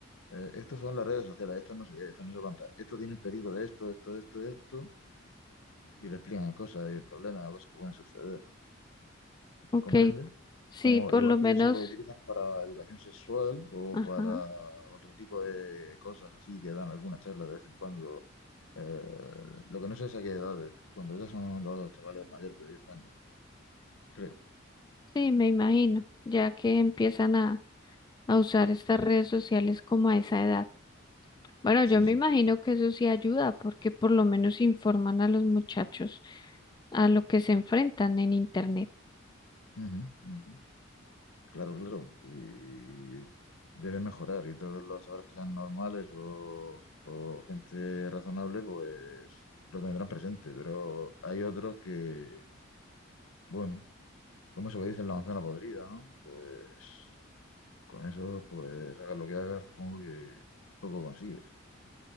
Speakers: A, on the left; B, on the left.
A: eh, estos son las redes sociales, esto no sé qué, esto no sé cuántas, esto tiene el peligro de esto, esto, esto, esto, y le explican cosas y problemas, cosas que pueden suceder.
B: Ok,
A: ¿Comprende?
B: sí,
A: Como,
B: por
A: igual
B: lo menos,
A: que eso lo utilizan para educación sexual o
B: ajá,
A: para otro tipo de cosas así que dan algunas charlas de vez en cuando. Eh, lo que no sé es a qué edades cuando ya son los chavales mayores de diez años, creo.
B: sí, me imagino, ya que empiezan a, a usar estas redes sociales como a esa edad. Bueno,
A: Sí,
B: yo me
A: sí.
B: imagino que eso sí ayuda, porque por lo menos informan a los muchachos a lo que se enfrentan en Internet.
A: Ujú, ujú. Claro, claro. Y debe mejorar y todos los chavales que sean normales o, o gente razonable, pues lo tendrán presente, pero hay otros que... Bueno, ¿Cómo se le dice la manzana podrida, no? Pues con eso, pues hagas lo que hagas, supongo que poco consigues.